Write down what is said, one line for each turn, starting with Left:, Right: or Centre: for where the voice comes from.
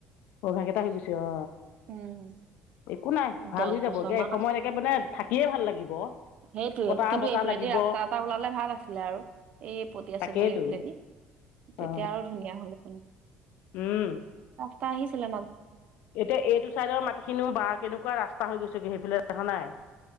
Left: অভ্যাস এটা হৈ গৈছে অ
Right: উম
Left: একো নাই ভাল
Right: দহ
Left: হৈ যাব
Right: বছৰ মান
Left: এ সময়ত থাকে মানে থাকিয়ে ভাল লাগিব
Right: সেইটোয়ে
Left: বতাহ
Right: কিন্তু
Left: বতাহ
Right: এইফালেদি
Left: লাগিব
Right: ৰাস্তা এটা ওলালে ভাল আছিলে আৰু এই পতিয়া
Left: তাকেইতো
Right: চুবুৰ ফালেদি তেতিয়া
Left: অ
Right: আৰু ধুনীয়া হল হেতেন
Left: উম।
Right: তাই আহিছিলে মানে?
Left: এতিয়া এইটো চাইডৰ মাটিখিনিও বা কেনেকুৱা ৰাস্তা হৈ গৈছেগৈ সেইফালে দেখা নাই।